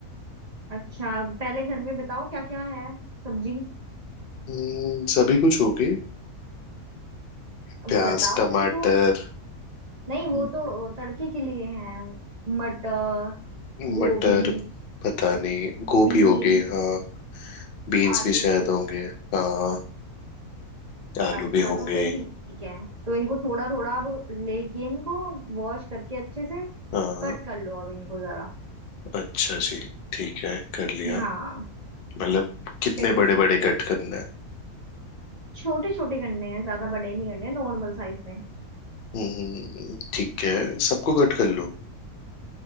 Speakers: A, on the right; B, on the left.
A: अच्छा पहले घर में बताओ क्या क्या है सब्जी
B: हम्म, सभी कुछ होगी
A: अब
B: प्याज
A: बताओ
B: टमाटर
A: मेरे को नहीं वो
B: म-
A: तो तड़के के लिए हैं मटर गोभी
B: मटर पता नहीं गोभी
A: बीन्स
B: होगी हाँ बीन्स
A: आलू
B: भी शायद होंगे हाँ आलू
A: अच्छा
B: भी होंगे
A: तो फिर ठीक है तो इनको थोड़ा थोड़ा अब लेके इनको वॉश करके अच्छे से
B: हाँ
A: कट कर लो अब इनको जरा
B: अच्छा जी ठीक है कर लिया
A: हाँ
B: मतलब कितने
A: फिर उसके
B: बड़े बड़े कट करना है
A: छोटे छोटे करने हैं ज्यादा बड़े नहीं करने नॉर्मल साइज में
B: हम्म ठीक है सबको कट कर लूँ